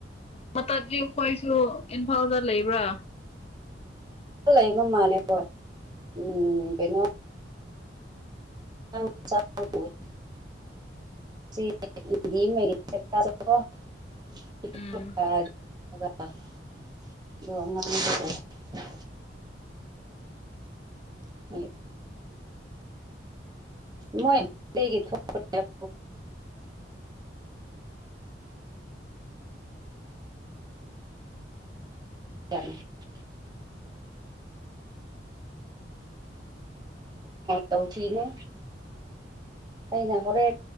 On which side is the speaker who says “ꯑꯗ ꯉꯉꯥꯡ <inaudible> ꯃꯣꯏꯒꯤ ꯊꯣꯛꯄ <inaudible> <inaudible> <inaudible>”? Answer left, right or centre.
Right